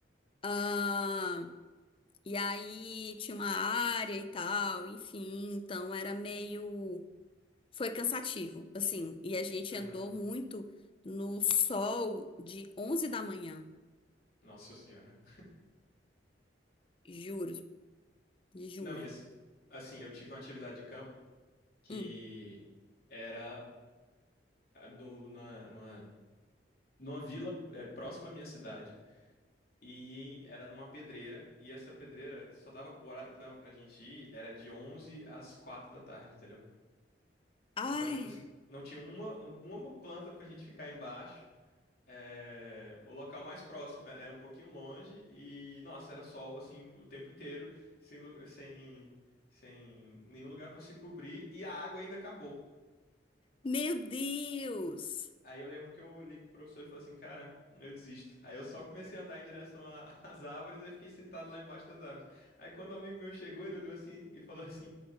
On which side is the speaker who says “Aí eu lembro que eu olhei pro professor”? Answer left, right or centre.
Left